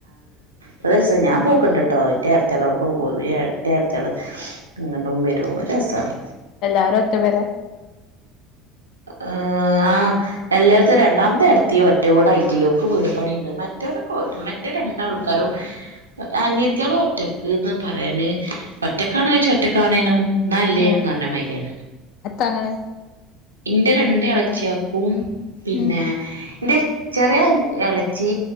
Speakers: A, on the right (about 85°); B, on the left (about 55°).
A: അതല്ലാ രസം ഞാൻ പോക്കിണ്ട് ട്ടോ ഈ അടുത്തെല്ലോട്ക്കും പോ <unintelligible> ഏട്ടത്തികള് ഇങ്ങ്ടും വരും ഒരു രസാണ്.
B: എല്ലാരും ഒറ്റ പെര
A: ഏഹ് ആ എല്ലായിടത്തും രണ്ടാംത്തെ ഏട്ത്തി ഒറ്റ വീട് ഐറ്റിലോക്ക് വീട് പണിണ്ട് മറ്റവരൊക്കെ മറ്റേ രണ്ടാൾക്കാരും അനിയത്തിയളും ഒറ്റക്ക്ന്ന് പറയാന് ഒറ്റക്കാണോയ്ച്ചാ ഒറ്റക്കാണേനും എന്നാല്ലേനും
B: ആഹ്
A: എന്നറഞ്ഞ മാരിയാണ്
B: എത്താ അങ്ങനെ
A: ഇന്റെ രണ്ട് എളച്ചിയൾക്കും പിന്നെ
B: ഉം
A: ഇന്റെ ചെറിയ എളച്ചി